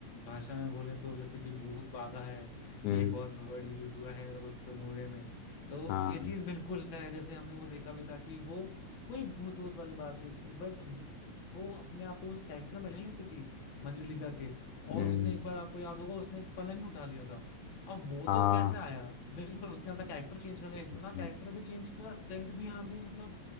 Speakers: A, on the left (about 45°); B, on the left (about 90°).
A: भाषा में बोले तो जैसे कि भूत बाधा है
B: हम्म
A: ये बहुत वर्ड यूज हुआ है उस मूवी में तो
B: हाँ
A: ये चीज बिल्कुल है जैसे हमने वो देखा भी था कि वो कोई भूत वूत वाली बात नहीं थी बट वो अपने आप को उस कैरेक्टर में ले लेती थी मंजुलिका के
B: हम्म
A: और उसने एक बार आपको याद होगा उसने एक पलंग ही उठा लिया था अब वो
B: हाँ
A: तो कैसे आया बिल्कुल उसने अपना कैरेक्टर चेंज कर लिया इतना
B: हम्म,
A: कैरेक्टर भी चेंज किया स्ट्रेंथ भी आ गई मतलब